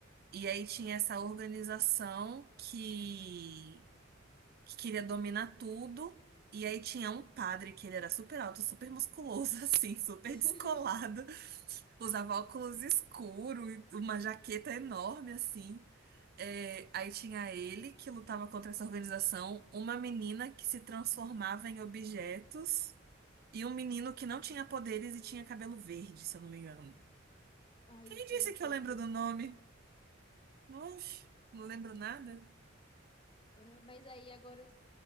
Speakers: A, on the right; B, on the left.
A: E aí tinha essa organização que, que queria dominar tudo. E aí tinha um padre que ele era super alto, super musculoso, <laughs> assim, super
B: <laughs>
A: descolado. Usava óculos escuros, uma jaqueta enorme, assim. É, aí tinha ele que lutava contra essa organização, uma menina que se transformava em objetos e um menino que não
B: uhum.
A: tinha poderes e tinha cabelo verde, se eu não me engano.
B: Ai,
A: Quem
B: esse
A: disse
B: eu não
A: que
B: conheço.
A: eu lembro do nome? Oxe, não lembro nada.
B: Ah, Mas aí agora,